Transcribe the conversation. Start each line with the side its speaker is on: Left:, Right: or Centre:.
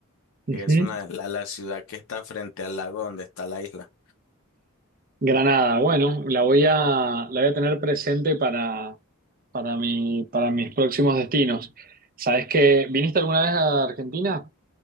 Right: Ujú.
Left: que es una la, la ciudad que está frente al lago donde está la isla.
Right: Granada, bueno, la voy a, la voy a tener presente para, para mi, para mis próximos destinos. ¿Sabes que viniste alguna vez a Argentina?